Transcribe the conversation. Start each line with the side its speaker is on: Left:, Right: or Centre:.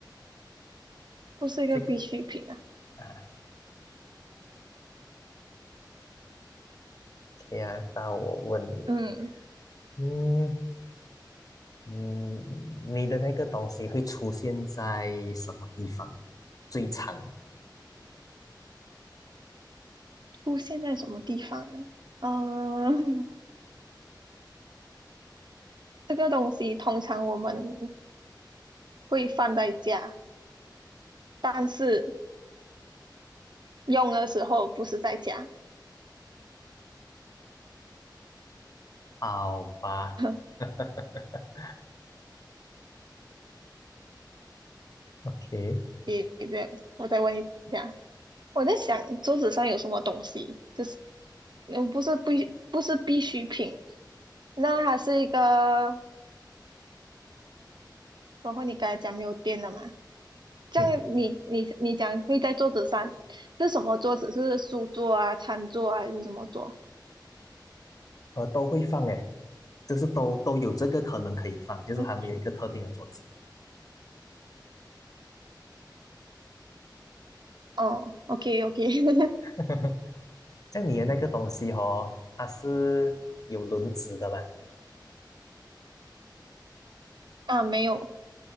Right: 不是一个必需品啊。
Left: 这个啊，OK 啊，那我问你。
Right: 嗯，
Left: 嗯嗯，你的那个东西会出现在什么地方最常？
Right: 出现在什么地方啊？嗯，这个东西通常我们会放在家，但是用的时候不是在家。
Left: 好吧
Right: <laughs>
Left: <laughs>，OK，
Right: 你对对，我再问一下，我在想桌子上有什么东西，就是嗯，不是必不是必需品，那还是一个，然后你刚才讲没有电了嘛？这样你你你讲会在桌子上是什么桌子？
Left: 嗯，
Right: 是书桌啊、餐桌啊，还是什么桌？
Left: 呃，都会放诶，就是都都有这个可能可以放，就是还没有一个特定的桌子。
Right: 嗯哦，OK OK，<laughs>
Left: <laughs> 像你的那个东西哦，它是有轮子的吧？
Right: 啊，没有